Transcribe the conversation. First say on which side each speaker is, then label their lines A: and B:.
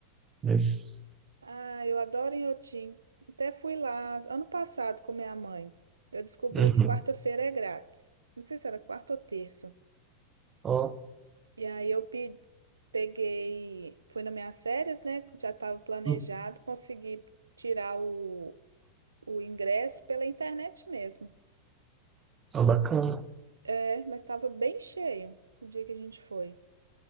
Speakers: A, on the right (about 25°); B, on the right (about 75°).
A: mas...
B: Ah, eu adoro inhotim. Até fui lá ano passado com minha mãe. Eu descobri
A: Uhum.
B: que quarta-feira é grátis. Não sei se era quarta ou terça.
A: Ó,
B: E aí eu pe- peguei, fui nas minhas férias, né? que Já estava planejado,
A: uhum,
B: consegui tirar o, o ingresso pela internet mesmo.
A: ó, bacana.
B: É, mas estava bem cheio o dia que a gente foi.